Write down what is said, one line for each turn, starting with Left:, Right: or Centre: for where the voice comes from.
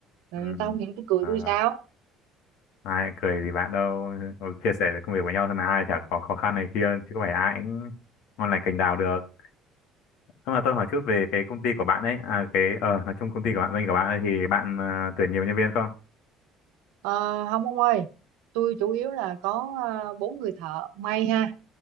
Right: rồi
Left: ừm,
Right: người ta không những tôi cười
Left: ờ,
Right: tôi sao
Left: ai cười gì bạn đâu Ừ, chia sẻ về công việc với nhau thôi mà ai chả có khó khăn này kia chứ có phải ai cũng ngon lành cành đào được. Thôi mà tôi hỏi chút về cái công ty của bạn ấy, à, cái ờ nói chung công ty của bạn, doanh của bạn ấy, thì bạn ờ, tuyển nhiều nhân viên không?
Right: Ờ, không ông ơi, tôi chủ yếu là có ờ, bốn người thợ may ha,